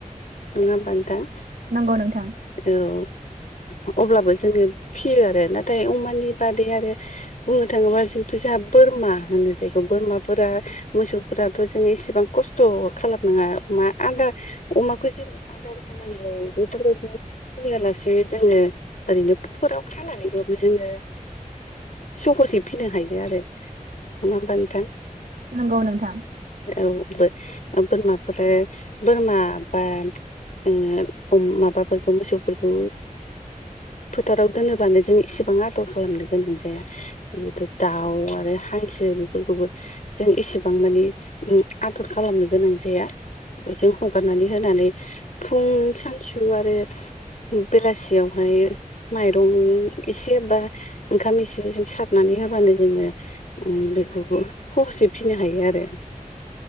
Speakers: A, on the left (about 60°); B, on the right (about 75°).
A: नङा होमबा नोथां
B: नंगौ नोंथां
A: ओं औ अब्लाबो जोङो फियो आरो नाथाय अमानि बादै आरो हो बुंनो थाङोब्ला जिहिथु जोंहा बोरमा होनो जायखौ बोरमाफोरा मोसौफोराथ' जों इसेबां खस्थ' खालामनाङा अमा आदारह अमाखौ जेरै आदार होनांगौ बेफोरबायदि होयालासे जोङो ओरैनो फुकफोराव खानानैबाबो जोङो सहसयै फिनो हायो आरो नङा होमबा नोंथां
B: नंगौ नोंथां
A: औ बो बोरमाफोर बोरमा बा ओ अमा माबाफोरखौ मोसौफोरखौ फोथाराव दोनोबानो जों इसेबां आदर खालामनो गोनां जाया। गो दाउ आरो हांसो बेफोरखौबो जों एसेबां मानि उ आदर खालामनो गोनां जाया। बे जों हगारनानै होनानै फुं सानसु आरो बेलासियावहाय माइरं एसे बा ओंखाम एसेजों सारनानै होबानो जोङो बेखौ हहसै फिसिनो हायो आरो।